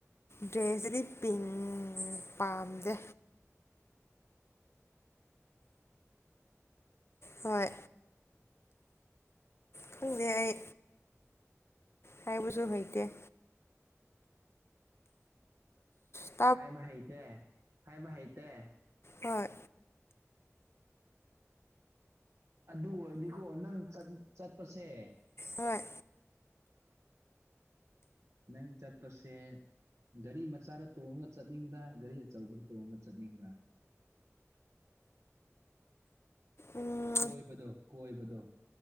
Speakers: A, on the left; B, on the right.
A: ꯗ꯭ꯔꯦꯁꯗꯗꯤ ꯄꯤꯡ ꯄꯥꯝꯗꯦ ꯍꯣꯏ ꯈꯪꯗꯦ ꯑꯩ ꯊꯥꯏꯕꯨꯁꯨ ꯍꯩꯗꯦ ꯇꯁ
B: ꯍꯥꯏꯕ ꯍꯩꯇꯦ ꯍꯥꯏꯕ ꯍꯩꯇꯦ
A: ꯍꯣꯏ
B: ꯑꯗꯨ ꯑꯣꯏꯔꯗꯤꯀꯣ ꯅꯪ ꯆꯠ ꯆꯠꯄꯁꯦ
A: ꯍꯣꯏ
B: ꯅꯪ ꯆꯠꯄꯁꯦ ꯒꯥꯔꯤ ꯃꯆꯥꯗ ꯇꯣꯡꯉꯒ ꯆꯠꯅꯤꯡꯕ꯭ꯔꯥ ꯒꯥꯔꯤ ꯑꯆꯧꯕꯗ ꯇꯣꯡꯉꯒ ꯆꯠꯅꯤꯡꯕ꯭ꯔꯥ
A: ꯎꯝ
B: ꯀꯣꯏꯕꯗꯣ ꯀꯣꯏꯕꯗꯣ